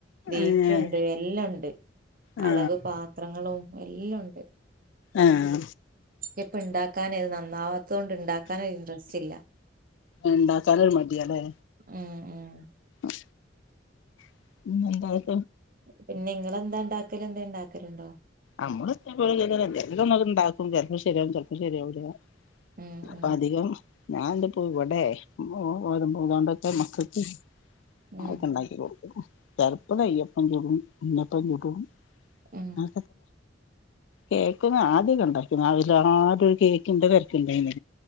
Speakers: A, on the right; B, on the left.
A: ബീറ്റ്റ്ണ്ട്
B: ഏ
A: എല്ലാം ഉ
B: ആ
A: അളവ് പാത്രങ്ങളും എല്ലുണ്ട്.
B: ആ
A: എപ് പ്പ ഉണ്ടാക്കാന് അത് നന്നാവാത്തോ ണ്ട് ണ്ടാക്കന് ഒരു ഇന്ട്രസ്റ്റില്ല.
B: ണ്ടാക്കാനൊരു മടിയാലെ
A: ഉം ഉം
B: ഉ <unintelligible>
A: പിന്നെ ങ്ങളന്താ ണ്ടാക്കല്. എന്തേ ണ്ടാക്കലുണ്ടോ?
B: അമ്മള് <unintelligible> എന്തേങ്കിലൊന്നത്ണ്ടാക്കും. ചെൽപ്പൊ ശരിയാവും. ചെൽപ്പൊ ശരിയാവൂലാ
A: ഉം
B: അപ്പൊ
A: ഉം
B: അധികം ഞാൻന്തപ്പൊ ഇവടെ <unintelligible> മക്കക്ക്
A: ഉം
B: അക്കെണ്ടാക്കികൊടുക്കും. ചെലപ്പം കൈയ്യപ്പം ചുടും, ഉണ്ണിയപ്പം ചുടും
A: ഉം
B: ആ കേക്കൊന്ന് ആദ്യക്കൊണ്ടാക്കിന് അവൽ ആദ്യരു കേക്കിന്റെ തെര്ക്കല്യേനൊ